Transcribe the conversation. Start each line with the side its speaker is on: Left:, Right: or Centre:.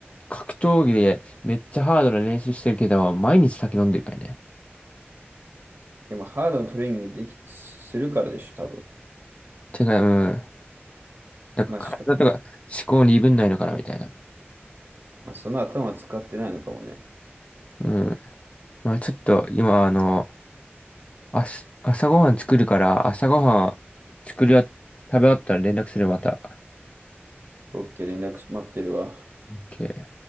Left: 格闘技でめっちゃハードな練習してるけど、毎日酒飲んでるからね。
Right: でも、ハードのトレーニングでき、するからでしょ、多分。
Left: てか、うん。だから体とか思考に鈍んないのかなみたいな。
Right: まあ、しか、まあ、その頭使ってないのかもね。
Left: うん。まあちょっと今、あの、あす朝ごはん作るから、朝ごはん作りあ、食べ終わったら連絡するまた。
Right: OK、連絡待ってるわ。
Left: OK